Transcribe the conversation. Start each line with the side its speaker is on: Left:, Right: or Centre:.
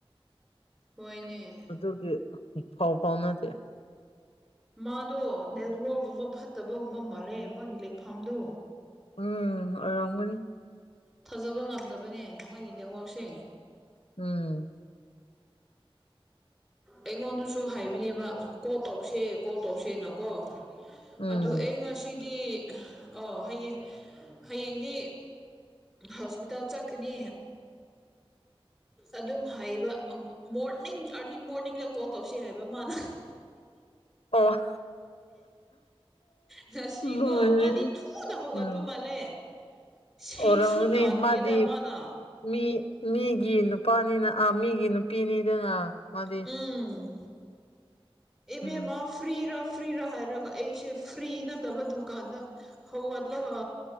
Centre: ꯍꯣꯏꯅꯦ
Left: ꯑꯗꯨꯒꯤ ꯐꯥꯎ ꯐꯥꯎꯅꯗꯦ
Centre: ꯃꯥꯗꯣ ꯅꯦꯠꯋꯔꯛꯀꯨꯝꯕ ꯐꯠꯇꯕꯒꯨꯝꯕ ꯃꯥꯜꯂꯦ ꯃꯥꯒꯤ ꯂꯩꯐꯝꯗꯣ
Left: ꯎꯝ ꯑꯣꯏꯔꯝꯒꯅꯤ
Centre: ꯊꯥꯖꯕ ꯉꯝꯗꯕꯅꯦ ꯃꯣꯏꯒꯤ ꯅꯦꯋꯥꯛꯁꯦ
Left: ꯎꯝ
Centre: ꯑꯩꯉꯣꯟꯗꯁꯨ ꯍꯥꯏꯕꯅꯦꯕ ꯀꯣꯜ ꯇꯧꯁꯦ ꯀꯣꯜ ꯇꯧꯁꯦꯅꯀꯣ
Left: ꯎꯝ
Centre: ꯑꯗꯨ ꯑꯩ ꯉꯁꯤꯗꯤ ꯑꯣ ꯍꯌꯦꯡ ꯍꯌꯦꯡꯗꯤ ꯍꯣꯁꯄꯤꯇꯥꯜ ꯆꯠꯀꯅꯤ ꯑꯗꯨꯝ ꯍꯩꯕ ꯃꯣꯔꯅꯤꯡ ꯑꯔꯂꯤ ꯃꯣꯔꯅꯤꯡꯗ ꯀꯣꯜ ꯇꯧꯁꯤ ꯍꯥꯏꯕ ꯃꯥꯅ
Left: ꯑꯣ
Centre: ꯉꯁꯤꯀꯣ
Left: ꯂꯣꯏꯔꯦꯍꯦ
Centre: ꯃꯥꯗꯤ ꯊꯨꯅ ꯍꯧꯒꯠꯄ
Left: ꯎꯝ
Centre: ꯃꯥꯜꯂꯦ ꯁꯤꯁꯁꯨ
Left: ꯑꯣꯏꯔꯝꯒꯅꯤ
Centre: ꯇꯥꯗ꯭ꯔꯤꯌꯦꯗ
Left: ꯃꯥꯗꯤ
Centre: ꯃꯥꯅ
Left: ꯃꯤ ꯃꯤꯒꯤ ꯅꯨꯄꯥꯅꯤꯅ ꯑꯥ ꯃꯤꯒꯤ ꯅꯨꯄꯤꯅꯤꯗꯅ ꯃꯥꯗꯤ
Centre: ꯎꯪ ꯏꯕꯦꯝꯃ
Left: ꯎꯝ
Centre: ꯐ꯭ꯔꯤꯔꯥ ꯐ꯭ꯔꯤꯔꯥ ꯍꯥꯏꯔꯒ ꯑꯩꯁꯦ ꯐ꯭ꯔꯤ ꯅꯠꯇꯕ ꯗꯨꯀꯥꯟꯗ ꯍꯧꯒꯠꯂꯒ